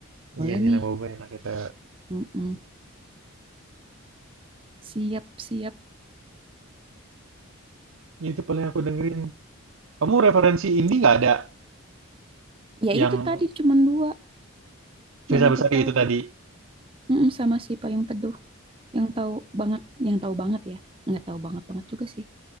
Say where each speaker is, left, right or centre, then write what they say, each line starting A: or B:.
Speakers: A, on the right (about 25°); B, on the right (about 70°).
A: Boleh
B: Iya, Nina
A: nih.
B: Boba enak itu.
A: Mm-mm. Siap, siap.
B: Itu paling aku dengerin. Kamu referensi indie nggak ada
A: Ya
B: yang
A: itu tadi cuman dua
B: Firza
A: yang aku
B: Besari
A: tahu.
B: itu tadi?
A: Mm-mm, sama si Payung Teduh. Yang tahu banget, yang tahu banget ya. Nggak tahu banget banget juga sih.